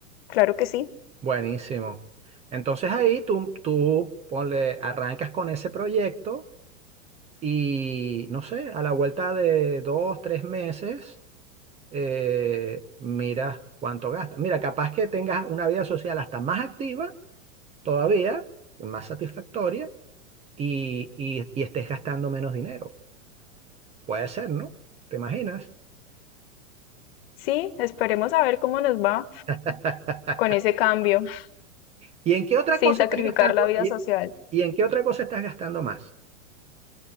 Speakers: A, on the left; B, on the right.
A: Claro que sí.
B: Buenísimo. Entonces ahí tú, tú ponle, arrancas con ese proyecto y, no sé, a la vuelta de dos, tres meses, eh, miras cuánto gastas. Mira, capaz que tengas una vida social hasta más activa todavía, más satisfactoria, y, y, y estés gastando menos dinero. Puede ser, ¿no? ¿Te imaginas?
A: Sí, esperemos a ver cómo nos va
B: <laughs>
A: con ese cambio, <laughs>
B: ¿Y en qué otra
A: sin
B: cosa
A: sacrificar
B: estás gastando?
A: la vida
B: ¿Y,
A: social.
B: y en qué otra cosa estás gastando más?